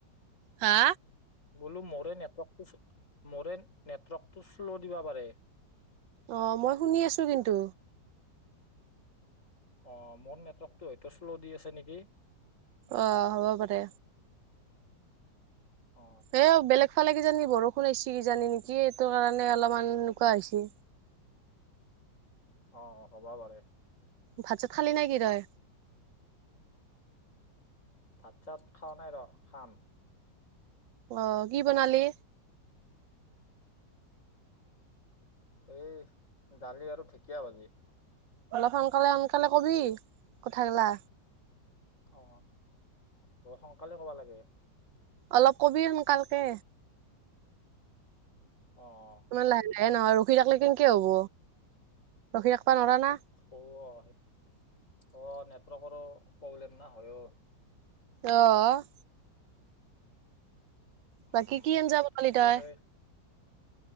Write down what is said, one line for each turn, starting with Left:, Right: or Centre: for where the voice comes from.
Right: হা
Left: বোলো মোৰে নেটৱৰ্কটো মোৰে নেটৱৰ্কটো শ্ল' দিবা পাৰে
Right: অ মই শুনি আছো কিন্তু
Left: অ', মোৰ নেটৱৰ্কটো হয়তো শ্ল' দি আছে নেকি।
Right: অ', হ'ব পাৰে।
Left: অ
Right: এ বেলেগ ফালে কিজানি বৰষুণ আহছি কিজানি নিকি, এইটো কাৰণে অলপমান এনেকুৱা হৈছে।
Left: অ', হ'বা পাৰে।
Right: ভাত চাত খালি নিকি তই?
Left: ভাত চাত খোৱা নাই ৰ' খাম।
Right: অ', কি বনালি?
Left: এই দালি আৰু ঢেকীয়া ভাজি।
Right: অলপ সোনকালে সোনকালে কবি কথা গিলা।
Left: অ', অ', সোনকালে কবা লাগে।
Right: অলপ কবি সোনকালকে।
Left: অ', অ',
Right: ইমান লাহে লাহে নহয় ৰখি থাকিলে কেনেকে হ'ব, ৰখি থাকবা নোৱাৰা না।
Left: অ', অ', নেটৱৰ্কৰো প্ৰব্লেম না হয়ও।
Right: অ',
Left: উম
Right: বাকী কি আনজা বনালি তই?
Left: অ সেই